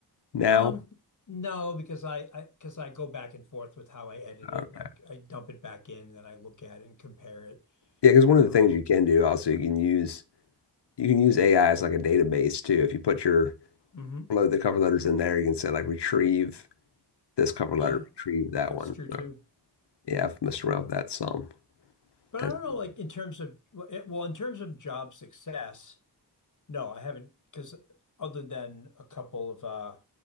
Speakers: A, on the left; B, on the left.
A: now?
B: Um, no, because I I because I go back and forth with how I edit it
A: Okay,
B: and I I dump it back in and then I look at it and compare it.
A: yeah, because one of
B: Um,
A: the things you can do also you can use you can use AI as like a database too. If you put your
B: mhm.
A: upload the cover letters in there. You can say like retrieve this cover
B: Yeah,
A: letter, retrieve that
B: that's
A: one.
B: true too.
A: So yeah, I've messed around with that some.
B: But
A: That's-
B: I don't know, like in terms of well, eh, well, in terms of job success, no, I haven't because other than a couple of uh